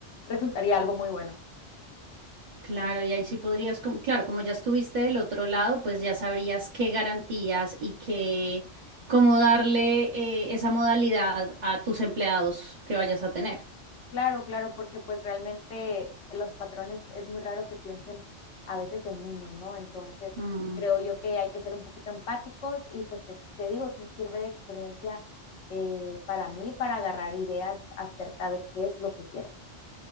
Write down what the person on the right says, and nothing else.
Claro, y ahí sí podrías, como- claro, como ya estuviste del otro lado, pues ya sabrías qué garantías y qué, cómo darle eh, esa modalidad a tus empleados que vayas a tener.
Mm.